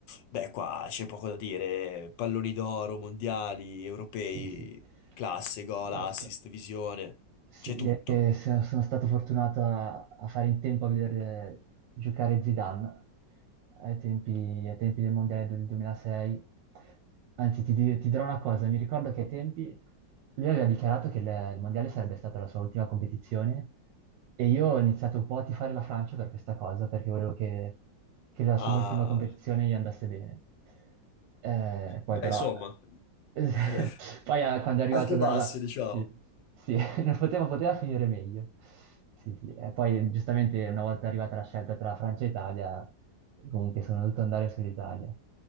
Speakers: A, on the left; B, on the right.
A: Beh, qua c'è poco da dire. Palloni d'oro, mondiali, europei,
B: Sì, sì.
A: classe, gol,
B: Esatto.
A: assist, visione.
B: Sì,
A: C'è tutto.
B: direi che se- sono stato fortunato a, a fare in tempo a vedere giocare Zidane ai tempi, ai tempi del Mondiale del 2006. Anzi, ti, di- ti dirò una cosa, mi ricordo che ai tempi lui aveva dichiarato che il, il Mondiale sarebbe stata la sua ultima competizione e io ho iniziato un po' a tifare la Francia per questa cosa, perché volevo che, che la sua
A: Ah,
B: ultima competizione gli andasse bene. Eh, poi
A: beh,
B: però...
A: insomma,
B: <laughs>
A: <laughs>
B: Poi eh, quando è arrivata
A: alti e
B: dalla...
A: bassi, diciamo.
B: Sì, sì, <laughs> non poteva, poteva finire meglio. Sì, sì. E poi giustamente una volta arrivata la scelta tra Francia e Italia, comunque sono dovuto andare sull'Italia.